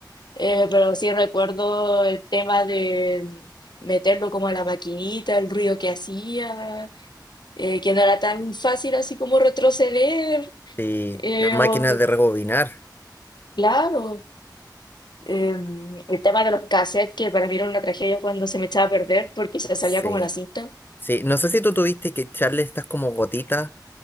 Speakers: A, on the left (about 70°); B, on the left (about 30°).
A: Eh, pero sí recuerdo el tema de meterlo como a la maquinita, el ruido que hacía, eh, que no era tan fácil así como retroceder.
B: Sí,
A: eh,
B: las máquinas
A: o-
B: de rebobinar.
A: claro, eh, el tema de los cassettes, que para mí era una tragedia cuando se me echaba a perder porque se salía
B: Sí,
A: como la cinta.
B: sí. No sé si tú tuviste que echarle estas como gotitas